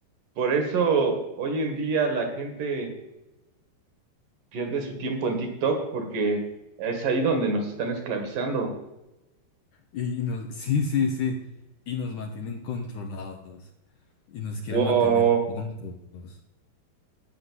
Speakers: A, on the right; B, on the left.
A: Por eso hoy en día la gente pierde su tiempo en TikTok porque es ahí donde nos están esclavizando.
B: Y, y nos, sí, sí, sí, y nos mantienen controlados y nos quieren
A: Wow,
B: mantener tontos.